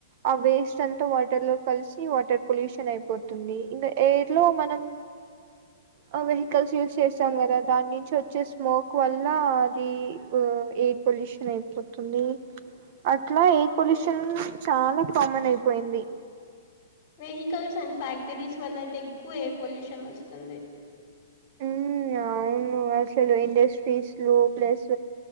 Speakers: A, on the right; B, on the left.
A: ఆ వేస్టంత వాటర్లో కలిసి వాటర్ పొల్యూష్ షన్ అయిపోతుంది ఇంగ ఏయిర్ లో మనం ఆ వెహికల్స్ యూస్ చేస్తాం గదా దాన్నించి వచ్చే స్మోక్ వల్లా అది ఊ ఎ ఎయిర్ పొల్యూషనైపోతుంది అట్లా
B: అవును
A: ఎయిర్ పొల్యూషన్ చాలా కామనైపోయింది
B: వెహికల్స్ అండ్ ఫ్యాక్టరీస్ వల్ల అయితే ఎక్కువ ఎయిర్ పొల్యూషన్ వస్తుంది
A: ఉమ్ అవును అసలు ఇండస్ట్రీస్ లో ప్లస్